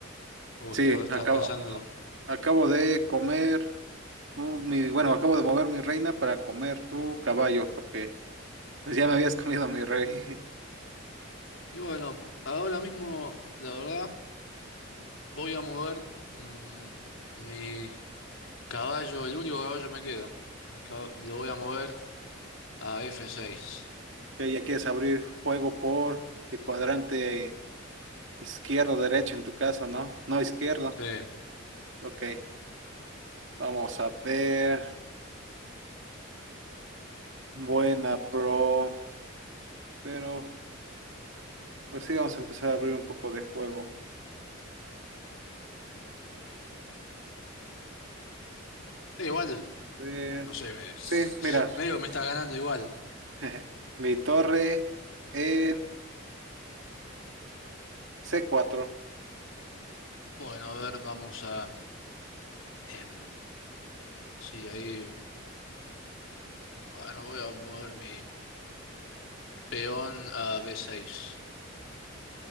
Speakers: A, on the left (about 70°); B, on the right (about 65°).
A: O
B: Sí,
A: esto-
B: acabo,
A: estás pensando.
B: acabo de comer tu, mi, bueno, acabo de mover mi reina para comer tu caballo, porque pues ya me habías comido mi rey. <laughs>
A: Y bueno, ahora mismo, la verdad, voy a mover. mm, mi Caballo, el único caballo me queda. El cab- lo voy a mover a F6.
B: Ya ya quieres abrir juego por el cuadrante izquierdo, derecho en tu caso, ¿no? No izquierdo.
A: Sí. Eh,
B: Ok, vamos a ver. Buena, bro. Pero pues sí, vamos a empezar a abrir un poco de juego.
A: igual,
B: Eh,
A: no sé, me,
B: sí,
A: <laughs>
B: mira,
A: medio me está ganando igual.
B: <laughs> mi torre en c cuatro
A: Bueno, a ver, vamos a... em, sí, ahí... Bueno, voy a mover mi peón a B6.